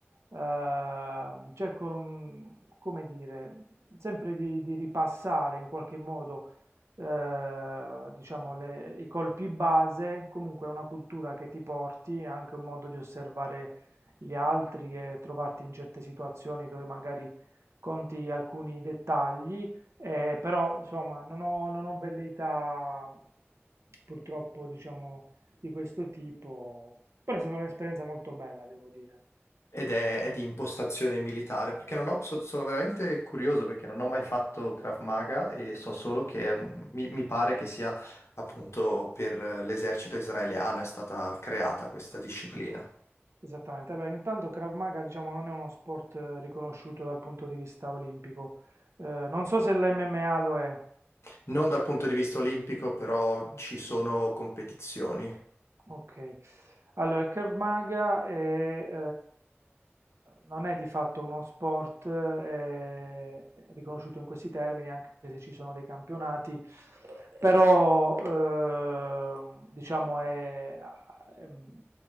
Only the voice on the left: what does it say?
Ed è, è di impostazione militare, perché non ho- so- sono veramente curioso perché non ho mai fatto Krav Maga e so solo che è un- mi, mi pare che sia appunto per eh, l'esercito israeliano è stata creata questa
disciplina.
Non dal punto di vista olimpico, però
ci sono competizioni.